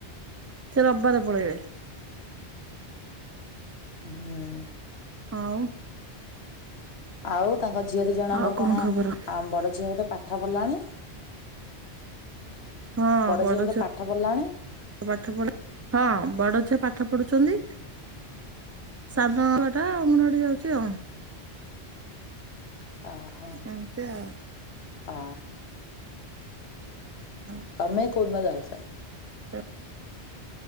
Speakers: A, on the right; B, on the left.
A: ସେ ରବିବାରେ ପଳେଇବେ।
B: ହୁଁ।
A: ଆଉ
B: ଆଉ ତାଙ୍କ ଝିଅ ଦି ଜଣଙ୍କ
A: ଆଉ
B: କଣ
A: ଖବର
B: ଆ ବଡ ଝିଅ ବୋଧେ ପାଠ ପଢିଲାଣି?
A: ହଁ
B: ବଡ
A: ବଡ଼
B: ବୋଧେ
A: ଝିଅ
B: ପାଠ ପଢିଲାଣି
A: ପାଠ ପଢ ହଁ ବଡ ଝିଅ ପାଠ ପଢୁଛନ୍ତି। ସାନ ଛୁଆଟା ଅଙ୍ଗନବାଡି ଯାଉଛି ଆଉ।
B: ଆ ହା
A: ଏମିତି ଆଉ
B: ଆ
A: ଅଁ
B: ତମେ କୋଉଦିନ ଯାଉଥିଲ?
A: ହୁଁ।